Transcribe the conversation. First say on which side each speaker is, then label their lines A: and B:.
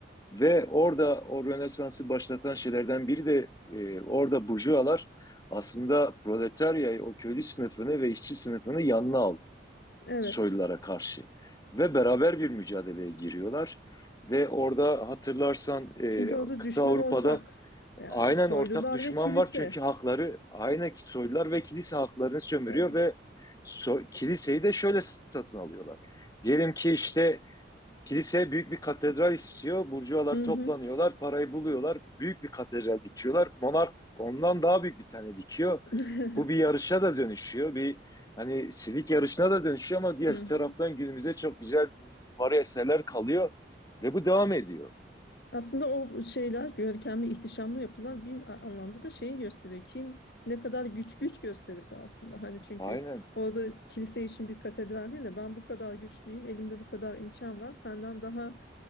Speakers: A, on the left; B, on the left.
A: ve orada o Rönesans'ı başlatan şeylerden biri de e, orada burjuvalar aslında proletaryayı, o köylü sınıfını ve işçi sınıfını yanına alıyor
B: Evet.
A: soylulara karşı ve beraber bir mücadeleye giriyorlar. Ve orada hatırlarsan e,
B: Çünkü orada
A: kıta
B: düşman
A: Avrupa'da
B: ortak. Yani
A: aynen
B: soylular
A: ortak düşman
B: ve kilise.
A: var çünkü hakları aynen soylular ve kilise haklarını sömürüyor
B: Evet.
A: ve so- kiliseyi de şöyle satın alıyorlar. Diyelim ki işte Kilise büyük bir katedral istiyor. Burjuvalar
B: Hı
A: toplanıyorlar,
B: hı.
A: parayı buluyorlar. Büyük bir katedral dikiyorlar. Monark ondan daha büyük bir tane dikiyor.
B: <laughs>
A: Bu bir yarışa da dönüşüyor. Bir hani silik yarışına da dönüşüyor ama diğer
B: Hı
A: taraftan
B: hı.
A: günümüze çok güzel mimari eserler kalıyor ve bu devam ediyor.
B: Aslında o şeyler görkemli, ihtişamlı yapılan bir a- anlamda da şeyi gösteriyor. Kim ne kadar güç güç gösterisi aslında. Hani çünkü
A: Aynen.
B: orada kilise için bir katedral değil de ben bu kadar güçlüyüm, elimde bu kadar imkan var. Senden daha